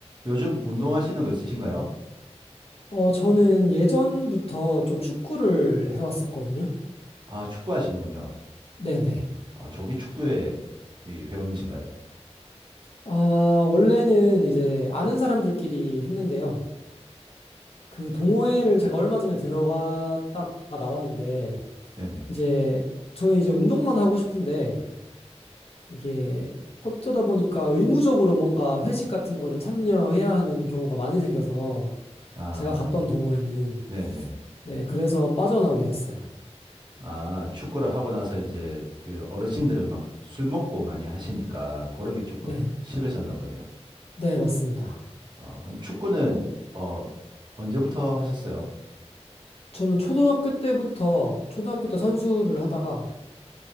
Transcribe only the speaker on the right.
요즘 운동하시는 거 있으신가요?
아, 축구 하시는군요.
아, 조기 축구회 이 회원이신가요?
네네.
아,
네네.
아, 축구를 하고 나서 이제 그 어르신들은 막 술 먹고 많이 하시니까 그런 게 조금
싫으셨나 보네요.
아, 그럼 축구는, 어, 언제부터 하셨어요?